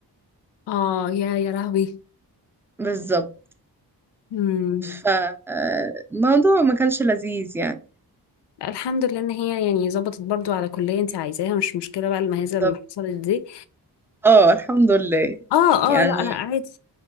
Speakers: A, on the left; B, in the centre.
A: اه يا يا لهوي
B: بالظبط
A: مم.
B: فالموضوع ما كانش لذيذ يعني
A: الحمد لله إن هي يعني ظبطت برضو على كلية انت عايزاها مش مشكلة بقى المهزة اللي
B: بالظبط.
A: حصلت دي
B: اه الحمد لله
A: اه
B: يعني
A: اه لا لا عادي